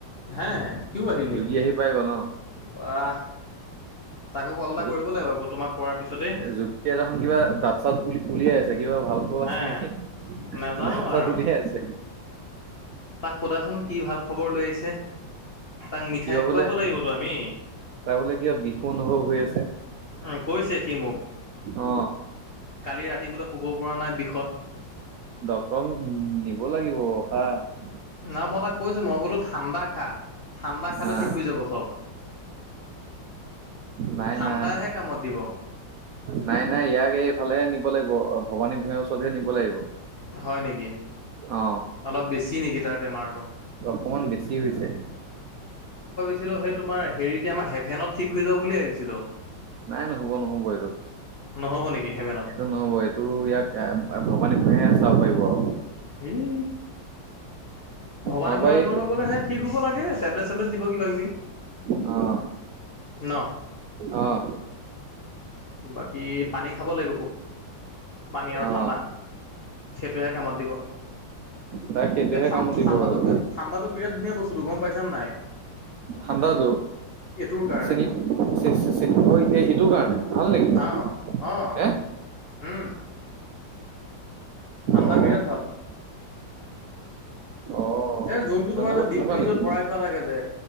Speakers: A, on the left; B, on the right.
A: হে সিউ আহিল নেকি?
B: যোগী আহি পাই গ'ল অ
A: বাহ! তাকো কল এটা
B: জো-জুগিয়ে
A: কৰিব লাগিব আকৌ তোমাক কৰাৰ পিছতেই
B: দেখোন কিবা দাঁত-চাত উল উলিয়াই আছে কিবা ভাল খোৱা
A: হে
B: আছে নেকি,
A: নাজানো
B: দাঁত-চাত
A: আৰু
B: উলিয়াই আছে।
A: তাক সোধাচোন কি ভাল খবৰ লৈ আহিছে, তাক মিঠাই
B: কিবা বোলে
A: খুৱাব লাগিবতো আমি।
B: তাৰ বোলে কিবা বিষও অনুভৱ হৈ আছে।
A: উম কৈছে সি মোক,
B: অ
A: কালি ৰাতি বোলে শুব পৰা নাই বিষত।
B: ডক্তৰক উ নিব লাগিব অশাহ
A: নহ মই তাক কৈছো, মই বোলো ঠাণ্ডা খা ঠাণ্ডা খালে
B: হা
A: ঠিক হৈ যাব চ'ব।
B: নাই,
A: ঠাণ্ডাহে
B: নাই।
A: কামত দিব
B: নাই নাই ইয়াক এইফালেহে নিব লাগিব। ভৱানী ভূঞাৰ ওচৰতহে নিব লাগিব।
A: হয় নেকি,
B: অ
A: অলপ বেছি নেকি তাৰ বেমাৰটো।
B: অকমান বেছি হৈছে।
A: হেই সেই তোমাৰ হেৰিতে আমাৰ হেফেনত ঠিক হৈ যাব বুলি ভাবিছিলোঁ।
B: নাই নহ'ব নহ'ব এইটোত।
A: নহ'ব নেকি হেভেনত
B: সেইটো নহ'ব, এইটো ইয়াক ভৱানী ভূঞাহে চাব পাৰিব আৰু।
A: হেই। ভবানী
B: নহবা
A: ভূঞা
B: এই
A: ওৰলৈ গ'লেহে ঠিক হ'ব লাগে টেবলেট চেবলেট দিব কিবা কিবি।
B: অ'
A: ন
B: অ'
A: বাকী পানী খাব লাগিব খুব পানী আৰু
B: অ
A: ঠাণ্ডা। সেইটোহে কামত দিব।
B: তাই সেইটোহে
A: ইয়াত
B: কামো দিব
A: ঠাণ্ডাটো
B: আৰু
A: ঠাণ্ডাটো বিৰাট ধুনীয়া বস্তুটো গ'ম গ'ম পাইছনে নাই।
B: ঠাণ্ডাটো
A: এইটোৰ কাৰণে
B: চেন চে এই এইটো কাৰণে। ভাল নেকি
A: অ' আহ
B: হে
A: উম। ঠাণ্ডা
B: অ
A: বিৰাট ভাল।
B: অ
A: এ জোনটো
B: তেনেকুৱা
A: তোমাৰ যে ডিপ
B: তেনেকুৱা
A: ফ্ৰিজত
B: নেকি
A: ভৰাই থোৱা থাকে যে।